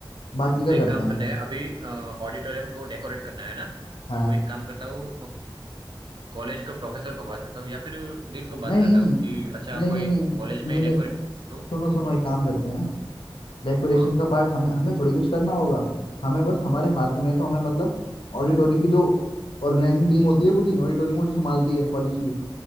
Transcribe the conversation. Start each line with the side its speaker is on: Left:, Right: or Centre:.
Left: बाकी का
Right: तो एक
Left: करते
Right: काम
Left: हैं
Right: करते हैं अभी ऑडिटोरियम को डेकोरेट करना है ना
Left: हाँ
Right: तो एक काम करता हूँ कॉलेज के प्रोफेसर को बात करता हूँ या फिर डीन को बात
Left: नहीं
Right: करता हूँ कि अच्छा
Left: नहीं
Right: कोई
Left: नहीं नहीं
Right: कॉलेज
Left: नहीं
Right: में
Left: नहीं
Right: डेकोरेशन तो
Left: सुनो सुनो एक काम करते हैं डेकोरेशन
Right: हाँ
Left: का पार्ट हमें हमें थोड़ी कुछ करना होगा हमें बस हमारे हाथ में है, तो हमें मतलब ऑडिटोरियम की जो ऑर्गेनाइजिंग टीम होती है पूरी ऑडिटोरियम को जो संभालती है कॉलेज की